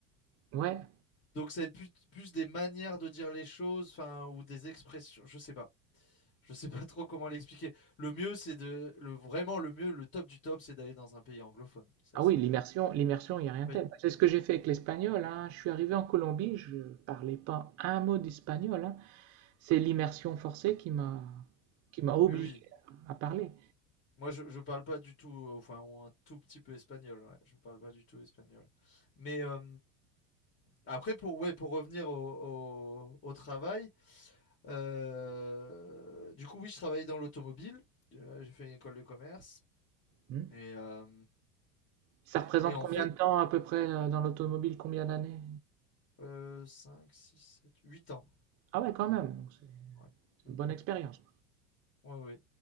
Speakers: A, on the right; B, on the left.
A: Ouais.
B: Donc, ça va être plus, plus des manières de dire les choses, enfin, ou des expressions. Je sais pas, je sais pas trop comment l'expliquer. Le mieux, c'est de, le vraiment le mieux, le top du top, c'est d'aller dans un pays anglophone. Ça,
A: Ah
B: c'est,
A: oui, l'immersion, l'immersion, il n'y a rien de
B: oui,
A: tel. C'est ce que j'ai fait avec l'espagnol, hein. Je suis arrivé en Colombie, je parlais pas un mot d'espagnol, hein. C'est l'immersion forcée qui m'a qui m'a obligé
B: oui, oui.
A: à parler.
B: Moi, je, je parle pas du tout, euh, enfin, ou un tout petit peu espagnol, ouais. Je ne parle pas du tout espagnol. Mais euh, après, pour, ouais, pour revenir au, au- au travail, euh, du coup, oui, je travaillais dans l'automobile. Euh, J'ai fait une école de commerce.
A: Hmm.
B: Et, euh,
A: Ça représente
B: et en
A: combien
B: fait,
A: de temps à peu près euh, dans l'automobile, combien d'années?
B: euh, 5, 6, 7, 8 ans.
A: Ah ouais, quand même, donc c'est
B: Ouais,
A: c'est
B: oui,
A: une bonne expérience.
B: oui, oui.